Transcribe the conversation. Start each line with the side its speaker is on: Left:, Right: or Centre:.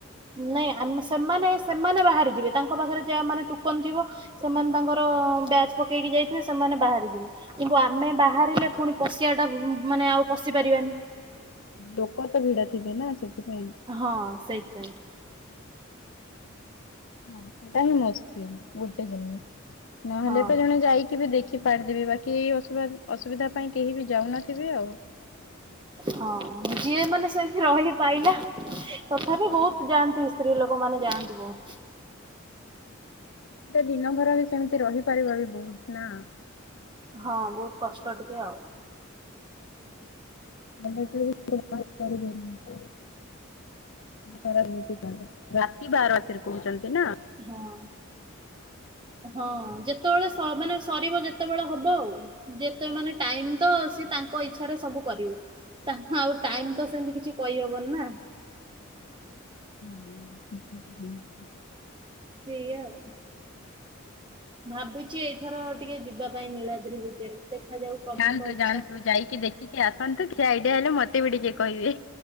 Right: ନାଇଁ ଆମେ ସେମାନେ ସେମାନେ ବାହାରି ଯିବେ ତାଙ୍କ ପାଖରେ ଯାହା ମାନେ ଟୁକନ ଥିବ। ସେମାନେ ତାଙ୍କର ବ୍ୟାଚ୍। ପକେଇକି ଯାଇଥିବେ ସେମାନେ ବାହାରିଯିବେ କିନ୍ତୁ ଆମେ ବାହାରିଲେ ପୁଣି ପଶିବା ଟା ମାନେ ଆଉ ପଶି ପାରିବାନି।
Left: ଲୋକ ତ ଭିଡ ଥିବେ ନା ସେଥିପାଇଁ
Right: ହଁ ସେଇପାଇଁ।
Left: ହଁ ସେଇଟା ହିଁ ମୁସ୍କିଲ ଗୋଟେ ଜିନିଷ ନହେଲେ
Right: ହଁ
Left: ତ ଜଣେ ଯାଇକି ବି ଦେଖି ପାରିଥିବେ ବାକିସ ଅସୁବିଧା ପାଇଁ କେହି ବି ଯାଉନଥିବେ ଆଉ।
Right: ହଁ ଯିଏ ମାନେ ସେମିତି ରହି ପାଇଲା ତଥାପି ବହୁତ ଯାଆନ୍ତି ସ୍ତ୍ରୀ ଲୋକମାନେ ଯାଆନ୍ତି ବହୁତ।
Left: ଏଟେ ଦିନ ଭର ବି ସେମିତି ରହିପାରିବ ବି ବହୁତ ନା।
Right: ହଁ ବହୁତ କଷ୍ଟ ଟିକେ ଆଉ।
Left: ବଲେ ବା କର <unintelligible> ତି ରାତି ବାର ବାସରେ କହୁଛନ୍ତି ନା <unintelligible>
Right: ହଁ। ହଁ ଯେତେବେଳେ ସ ମାନେ ସରିବ ଯେତେବେଳେ ହବ ଆଉ। ଯେତେ ମାନେ ଟାଇମ ତ ସିଏ ତାଙ୍କ ଇଚ୍ଛାରେ ସବୁ କରିବେ। ତା ଆଉ ଟାଇମ ତ ସେମିତି କିଛି କହିହବନି ନା।
Left: ଉଁ ହୁଁ <unintelligible>
Right: ସେଇଆ ଆଉ। ଭାବୁଛି ଏଇଥର ଟିକେ ଯିବା ପାଇଁ ନୀଳାଦ୍ରି ବିଜେରେ। ଦେଖାଯାଉ। ପ୍ରଭୁଙ୍କ
Left: ଯାଆନ୍ତୁ
Right: ଇଚ୍ଛା।
Left: ଯାଆନ୍ତୁ ଯାଇକି ଦେ ଟିକେ ଆସନ୍ତୁ ଖିଆ ଆଇଡିଆ ହେଲେ ମତେ ବି ଟିକେ କହିବେ